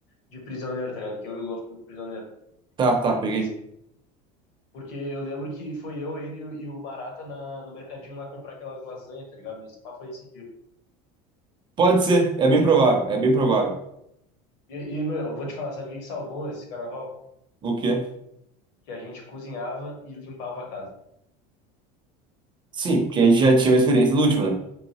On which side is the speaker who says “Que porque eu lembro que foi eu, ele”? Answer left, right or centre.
Left